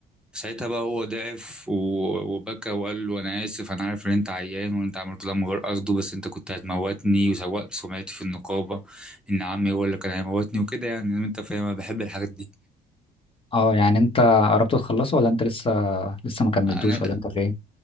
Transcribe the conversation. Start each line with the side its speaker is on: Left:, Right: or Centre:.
Centre: ساعتها بقى هو ضعف و- وبكى وقال له انا اسف انا عارف ان انت عيان وانت عملت ده من غير قصده بس انت كنت هتموتني وسوقت سمعتي في النقابه ان عمي هو اللي كان هيموتني وكده يعني انت فاهم انا بحب الحاجات دي
Left: اه يعني انت قربت تخلصه ولا انت لسه لسه ما كملتوش
Centre: انا
Left: ولا انت فين